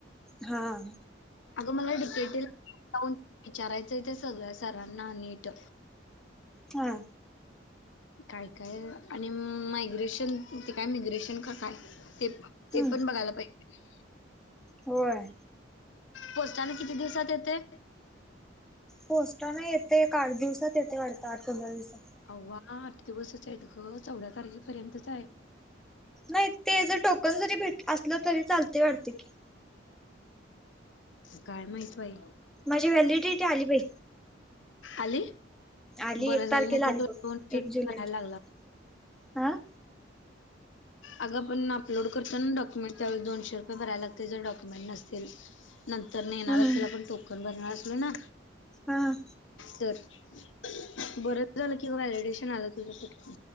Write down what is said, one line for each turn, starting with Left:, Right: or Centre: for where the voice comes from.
Centre: हां
Left: अगं मलां डपेटीला जाऊंन विचारायचंय ते सगळ्यां सरांना नीट
Centre: हां
Left: कायं कायं आणि मायग्रेशन ते कायं मिग्रेशन कां कायं ते पणं
Centre: हम्म
Left: ते पणं बघांयला पाहिजे
Centre: होयं
Left: पोस्टांन किती दिवसांत येते
Centre: पोस्टां नां येते एक आठ दिवसांत येते वाढतं आठ पंधरा दिवसांत
Left: अववां आठ दिवसचं आहेतं गं चौदा तारखेपर्यंतच आहे
Centre: नाहीं तेजं अं टोकंन जरी भेटं असलं तरी चालते वाटते की
Left: कायं माहित बाई
Centre: माझी व्हॅलिडिटी इथं आली पाहि
Left: आली
Centre: आली
Left: बरं
Centre: एक
Left: झालं
Centre: तारखेला
Left: नाही तर
Centre: आली
Left: तो
Centre: बघं
Left: दोनशे
Centre: एक
Left: रुपये
Centre: जुलैला
Left: भरायला लागला.
Centre: आं
Left: अगं आपणं अपलोड करतां नाडॉक्युमेंट त्यांव दोनशे रुपये भरांयला लागते जरं डॉक्युमेंट नसतील तरं नंतर नं येणांरच
Centre: ह
Left: त्यांला पणं टोकंन भरणांर असतील नां
Centre: हम्मं
Left: तरं बरं झालं कि व्हॅलिडेशन आलं तुझं साठी